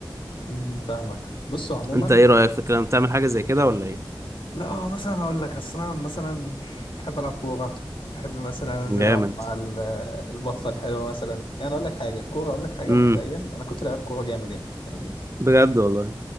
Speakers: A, on the left; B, on the right.
A: م- فاهمك بصوا عموما
B: أنت إيه رأيك في الكلام بتعمل حاجة زي كده ولا إيه؟
A: لا هو مثلا هقول لك اصل انا مثلا بحب العب كوره بحب مثلا انزل
B: جامد
A: اقعد مع ال- البطفه الحلوه مثلا يعني اقول لك حاجه الكوره اقول لك حاجه
B: امم
A: مبدئيا انا كنت لاعب كوره جامد يعني فاهمني
B: بجد والله